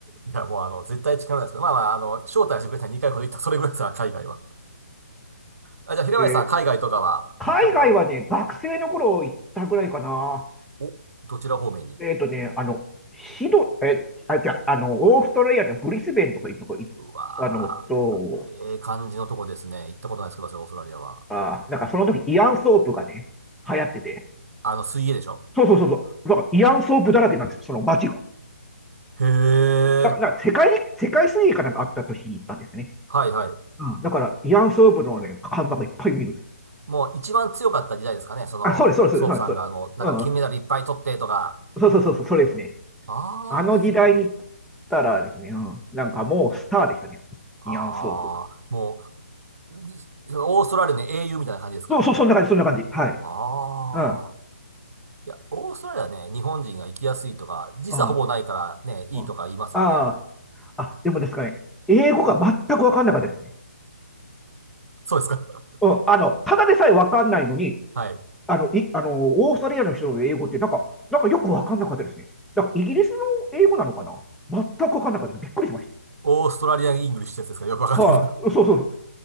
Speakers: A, on the right (about 75°); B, in the centre.
A: いや、もうあの、絶対近寄らないですけど、まあまあ、あの、招待してくれたら2回ほど行った、それぐらいですから、海外は。あ、じゃあ、平林さん、
B: えー
A: 海外とかは行ったことは、
B: 海外はね、学生の頃行ったぐらいかな。
A: お、どちら方面に
B: えっとね、あの、シド、え、あ、じゃあ、あの、オーストラリアのブリスベンとかいうとこ行ったのと、
A: うわー、ええ感じのとこですね。行ったことないですけど、私オーストラリアは。
B: あ、あなんかその時イアンソープがね、流行ってて、
A: あの、水泳でしょ
B: そうそうそうそう、だからイアンソープだらけなんですよ、その街が。
A: へえ。
B: だから、だから世界に、世界水泳かなんかあった年に行ったんですね。
A: はいはい。
B: うん、だから、慰安婦部のね、看板がいっぱい見るんですよ。
A: もう一番強かった時代ですかね。その、
B: あ、そうです、そうです、
A: ソープさんがもう、
B: そうです。そうですうん。
A: なんか金メダルいっぱい取ってとか。
B: そうそうそうそう、それですね。
A: ああ、
B: あの時代に行ったらですね、
A: はいはい。
B: うん、なんかもうスターでしたね。
A: ああ、
B: 慰安婦部。
A: もう、いオーストラリアの英雄みたいな感じですか。
B: そうそう、そんな感じ、そんな感じ。はい。
A: ああ。
B: うん。あ
A: いや、オーストラリアね、日本人が行きやすいとか、時差ほぼないからね、
B: あ、
A: いいとか言いますよね。
B: うん、ああ、あ、でもですかね、英語が全くわかんなかったですね。
A: そうですか。
B: うん、あの、ただでさえわかんないのに、
A: <laughs> はい。
B: あの、い、あの、オーストラリアの人の英語って、なんか、なんかよくわかんなかったですね。だから、イギリスの英語なのかな全くわかんなかったです。びっくりしまし
A: オーストラリアン・イングリッシュってやつですかよくわかんないけど。
B: た。はい、そうそうそう。